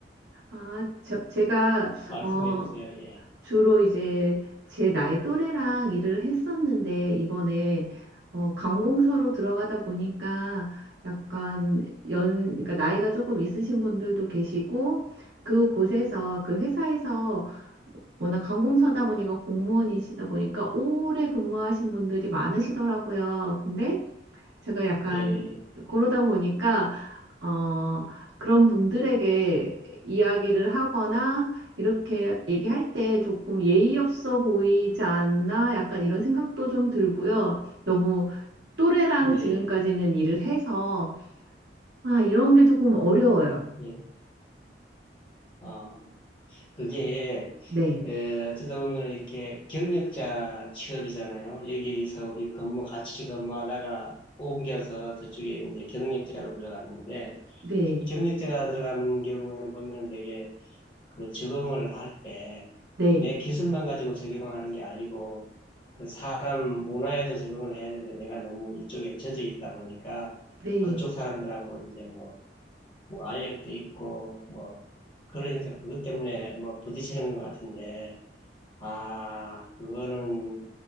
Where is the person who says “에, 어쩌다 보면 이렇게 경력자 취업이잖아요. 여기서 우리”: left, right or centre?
Left